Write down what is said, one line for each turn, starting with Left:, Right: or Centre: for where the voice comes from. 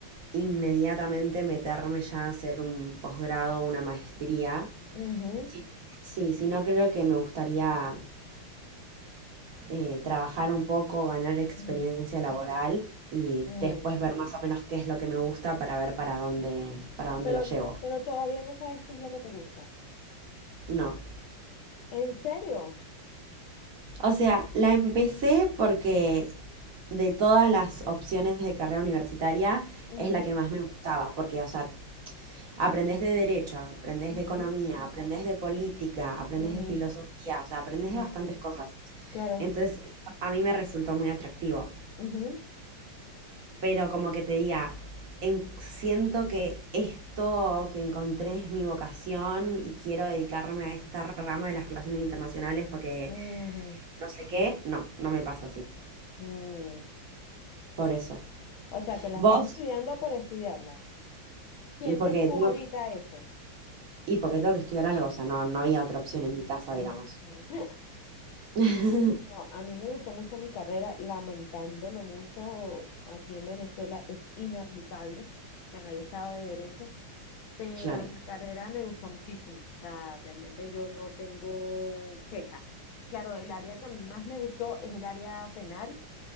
Right: inmediatamente meterme ya a hacer un posgrado, una maestría.
Left: ujú,
Right: Sí. Sí, sí, no creo que me gustaría eh, trabajar un poco, ganar experiencia
Left: mm,
Right: laboral y
Left: mm.
Right: después ver más o menos qué es lo que me gusta para ver para dónde, para dónde
Left: Pero,
Right: lo llevo.
Left: pero todavía no sabes qué es lo que te gusta.
Right: No.
Left: ¿En serio?
Right: O sea, la empecé porque de todas las opciones de carrera universitaria
Left: Ujú,
Right: es la que más me gustaba, porque, o sea, Aprendes de derecho, aprendes
Left: ujú,
Right: de economía, aprendes de política, aprendes
Left: ujú,
Right: de filosofía, o sea, aprendes
Left: ujú,
Right: de bastantes cosas.
Left: Claro.
Right: Entonces, a mí me resultó muy atractivo.
Left: ujú,
Right: Pero como que te diga, en- siento que esto que encontré es mi vocación y quiero dedicarme a esta rama de las relaciones internacionales porque
Left: ujú,
Right: no sé qué, no, no me pasa así.
Left: mm.
Right: Por eso.
Left: O sea, que la
Right: Vos,
Left: estás estudiando por estudiarla. ¿Sientes
Right: porque
Left: tú
Right: tengo,
Left: ahorita eso?
Right: y porque tengo que estudiar algo, o sea, no, no había otra opción en
Left: Ujú.
Right: mi casa, digamos.
Left: <laughs>
Right: <laughs>
Left: No, a mí me gustó mucho mi carrera, lamentándolo mucho, aquí en Venezuela es inaplicable, que no hay Estado de Derecho, pero
Right: Claro.
Left: mi carrera me gustó muchísimo, o sea, realmente yo no tengo quejas. Claro, el área que a mí más me gustó es el área penal,